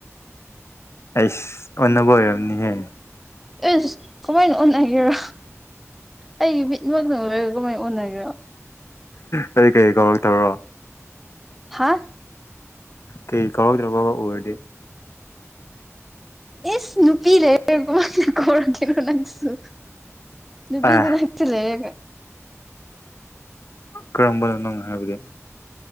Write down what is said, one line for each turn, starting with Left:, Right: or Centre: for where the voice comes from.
Left: ꯑꯩꯁ ꯑꯣꯟꯅꯕ ꯑꯣꯏꯔꯔꯕꯅꯤꯍꯦ
Centre: ꯑꯦ ꯀꯃꯥꯏꯅ ꯑꯣꯟꯅꯒꯦꯔꯣ ꯑꯩꯒꯤ ꯃꯤꯠꯃꯛꯇꯪ ꯂꯣꯏꯔꯒ ꯀꯃꯥꯏꯅ ꯑꯣꯟꯅꯒꯦꯔꯣ
Left: ꯀꯔꯤ ꯀꯔꯤ ꯀꯧꯔꯛꯇꯕ꯭ꯔꯣ
Centre: ꯍꯥ
Left: ꯀꯩ ꯀꯥꯎꯔꯗ꯭ꯔꯕ ꯑꯣꯏꯔꯗꯤ
Centre: ꯑꯦ ꯅꯨꯄꯤ ꯂꯩꯔ ꯀꯩꯅꯣ ꯅꯪꯁꯨ ꯅꯨꯄꯤꯗ
Left: ꯑꯦ
Centre: ꯅ ꯂꯩ
Left: ꯀꯔꯝꯕ ꯂꯅꯣ ꯉꯕꯗꯤ